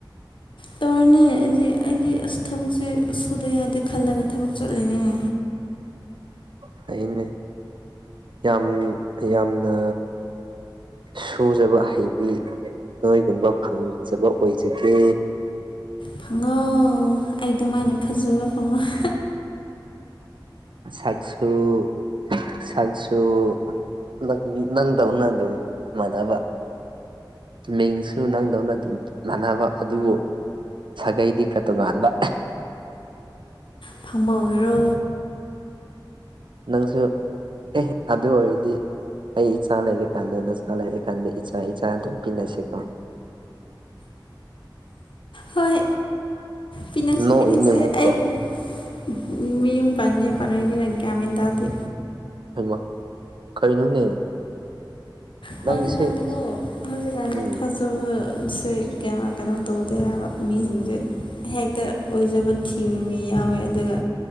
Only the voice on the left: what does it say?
ꯇꯧꯔꯤꯅꯦ ꯑꯩꯗꯤ ꯑꯩꯗꯤ ꯑꯁ ꯊꯕꯛꯁꯦ ꯁꯨꯗ ꯌꯥꯗꯦ ꯈꯜꯂꯒ ꯊꯕꯛ ꯆꯠꯂꯤꯅꯤꯅꯦꯍꯦ꯫
ꯐꯪꯉꯣ ꯑꯩ ꯑꯗꯨꯃꯥꯏꯅ ꯐꯖꯕ ꯈꯪꯉꯣ ꯍꯥ
ꯐꯪꯕ ꯑꯣꯏꯔꯣ
ꯍꯣꯏ ꯄꯤꯅꯁ‌ꯦ
ꯄꯤꯅꯁꯦ
ꯑꯩꯕꯨ꯫ ꯑꯨꯝ ꯃꯥꯌꯨꯝ ꯄꯥꯟꯒꯦ ꯄꯥꯟꯂ‌ꯣꯏꯒꯦꯔ ꯒ꯭ꯌꯥꯟ ꯃꯦꯟ ꯇꯥꯗ‌ꯦ
ꯍꯧꯖꯤꯛꯀꯥꯟꯗꯤꯀꯣ
ꯍꯧꯖꯤꯛꯀꯥꯟꯗꯤ
ꯊꯥꯖꯕꯁꯦ ꯀꯌꯥ ꯀꯩꯅꯣ ꯇꯧꯗꯦ ꯍꯥꯏꯕ꯫ ꯃꯤꯁꯤꯡꯖꯦ ꯍꯦꯛꯇ ꯑꯣꯏꯖꯕ ꯊꯤꯕ ꯃꯤ ꯌꯥꯎꯋꯦ ꯑꯗꯨꯒ